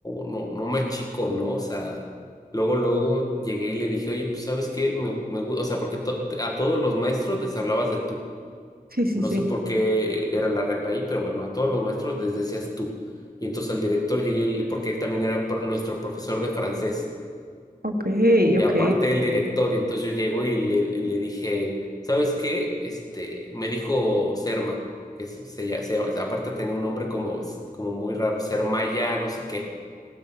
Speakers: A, on the left; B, on the right.
A: no, no me achico, ¿no? O sea, luego, luego llegué y le dije, oye, pues ¿sabes qué? Me, me, gu-". o sea, porque to- a todos los maestros les hablabas de tú.
B: Sí, sí,
A: No
B: sí.
A: sé por qué era la regla ahí, pero bueno, a todos los maestros les decías tú. Y entonces al director llegué, y le- porque él también era pro- nuestro profesor de francés.
B: Ok,
A: Y
B: ok,
A: aparte el director, y entonces yo llego y le, y le dije, ¿sabes qué? Este, me dijo Serma, que es- se, llama, se llama- aparte tenía un nombre como, como muy raro, Sermaya, no sé qué.